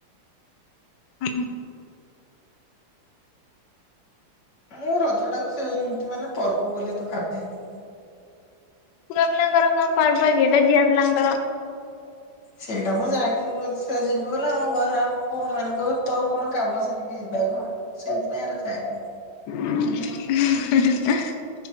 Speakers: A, on the left; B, on the left.
A: ହୁଁ ହୁଁ।
B: ମୁଁ ରଜଟାକୁ ସେ ଏମତି ମାନେ ପର୍ବ ବୋଲି ତ ଭାବେନି।
A: ପୁଅ ପିଲାଙ୍କର କଣ ପର୍ବ କି ଏଇଟା ଝିଅ ପିଲାଙ୍କର
B: ସେଇଟା ମୁଁ ଜାଣିଛି ମୁଁ ନିଶ୍ଚୟ ଯିବି ବୋଲେ ହଁ ଘରେ ଆ ଆମ ଭଉଣୀ ମାନଙ୍କୁ। ତୋର କଣ କାମ ସାରି ଯିବା କଣ ସେଇଥିପାଇଁ ଏରା ଯାଏନି।
A: <inaudible>